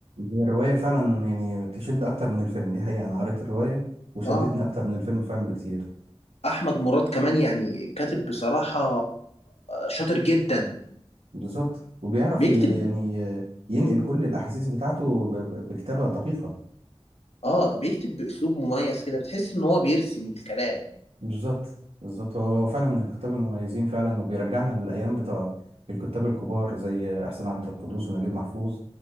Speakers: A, on the right (about 80°); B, on the left (about 75°).
A: هي الرواية فعلا يعني تشد اكتر من الفيلم دي حقيقة انا قريت الرواية وشدتني
B: اه
A: اكتر من الفيلم فعلا بكتير
B: احمد مراد كمان يعني كاتب بصراحه شاطر جدا
A: بالظبط وبيعرف
B: بيكتب
A: ي- يعني آه، ينقل كل الاحاسيس بتاعته ب- ب- بكتابة دقيقة
B: اه بيكتب باسلوب مميز كده بتحس ان هو بيرسم الكلام
A: بالظبط بالظبط هو هو فعلا من الكتاب المميزين فعلا وبيرجعنا للايام بتوع الكتاب الكبار زي احسان عبد القدوس ونجيب محفوظ